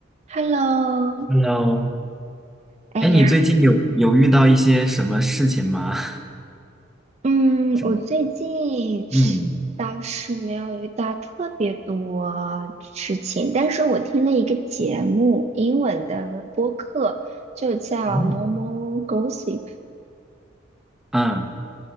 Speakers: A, on the right (about 35°); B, in the centre.
A: Hello，
B: Hello，
A: 哎呀，
B: 哎，你最近有有遇到一些什么事情吗？
A: 嗯，
B: <laughs> 什么
A: 我最近
B: 嗯，
A: 倒是没有遇到特别多事情，但是我听了一个节目，英文的，就叫《Normal
B: 哦，
A: Gossip》，
B: 嗯，